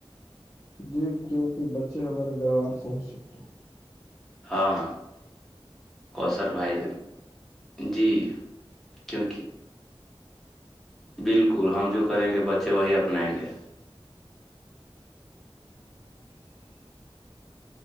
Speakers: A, on the left (about 30°); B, in the centre.
A: جی کیوںکہ بچے ہمارے ویوہار سے ہی سیکھتے
B: ہاں کوثر بھائی جی کیونکہ بالکل ہم جو کریں گے بچے وہی اپنائیں گے
A: <inaudible> <inaudible>